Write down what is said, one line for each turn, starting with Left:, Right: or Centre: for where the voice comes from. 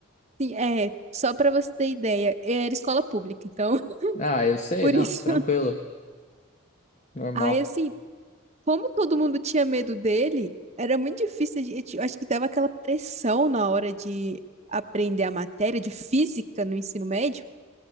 Right: Sim, é, só pra você ter ideia, era escola pública, então, <laughs>
Left: Ah, eu sei,
Right: por
Left: não,
Right: isso.
Left: tranquilo. Normal.
Right: Aí, assim, como todo mundo tinha medo dele, era muito difícil, a gente- eu acho que dava aquela pressão na hora de aprender a matéria de física no ensino médio,